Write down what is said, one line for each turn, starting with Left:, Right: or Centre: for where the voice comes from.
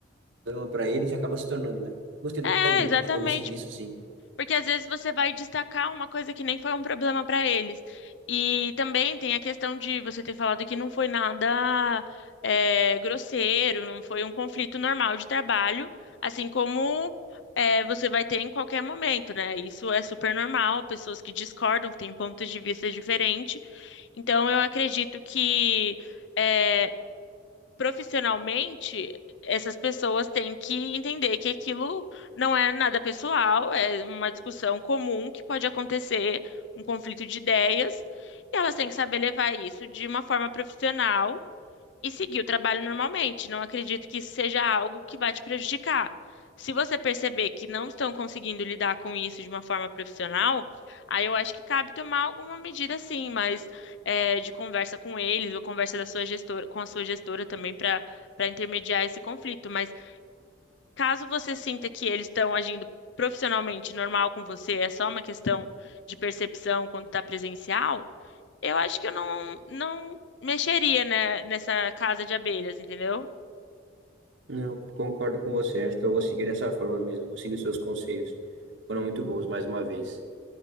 Right: problema para eles acaba se tornando, né? Gostei
Left: É,
Right: da dica,
Left: exatamente.
Right: acho que eu vou seguir isso sim.
Left: Porque às vezes você vai destacar uma coisa que nem foi um problema para eles. E também tem a questão de você ter falado que não foi nada é, grosseiro, não foi um conflito normal de trabalho, assim como é, você vai ter em qualquer momento, né? Isso é super normal, pessoas que discordam, que têm pontos de vista diferentes. Então, eu acredito que. eh, profissionalmente, essas pessoas têm que entender que aquilo não é nada pessoal, é uma discussão comum que pode acontecer, um conflito de ideias, e elas têm que saber levar isso de uma forma profissional e seguir o trabalho normalmente. Não acredito que isso seja algo que vai te prejudicar. Se você perceber que não estão conseguindo lidar com isso de uma forma profissional, aí eu acho que cabe tomar alguma medida, sim, mas é, de conversa com eles ou conversa da sua gestora, com a sua gestora também para para intermediar esse conflito. Mas caso você sinta que eles estão agindo profissionalmente normal com você, é só uma questão de percepção quando está presencial. Eu acho que eu não, não mexeria, né, nessa casa de abelhas, entendeu?
Right: Não, concordo com você. Acho que eu vou seguir dessa forma mesmo. Vou seguir os seus conselhos. Foram muito bons, mais uma vez.